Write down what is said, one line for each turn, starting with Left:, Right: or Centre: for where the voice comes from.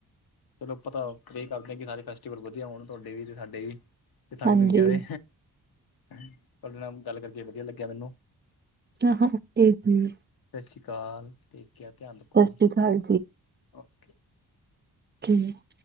Left: ਚਲੋ ਪਤਾ ਪ੍ਰੇ ਕਰਦੇ ਆ ਕਿ ਸਾਰੇ ਫੈਸਟੀਵਲ ਵਧੀਆ ਹੋਣ ਤੁਹਾਡੇ ਵੀ ਤੇ ਸਾਡੇ ਵੀ ਤੇ ਸਾਰੀ
Right: ਹਾਂਜੀ
Left: ਦੁਨੀਆਂ ਦੇ ਤੁਹਾਡੇ ਨਾਲ ਗੱਲ ਕਰਕੇ ਵਧੀਆ ਲੱਗਿਆ ਮੈਨੂੰ
Right: ਹਹ ਹਾਂ <unintelligible>
Left: ਸਸ਼ ਸੀ ਕਾਲ <unintelligible> ਠੇਕ ਕੇਰ ਧਿਆਨ ਰੱਖੋ
Right: ਸਤਿ
Left: ਜੀ
Right: ਸ੍ਰੀ ਅਕਾਲ
Left: ਓਕੇ
Right: ਕਿਹੀਂ <inaudible>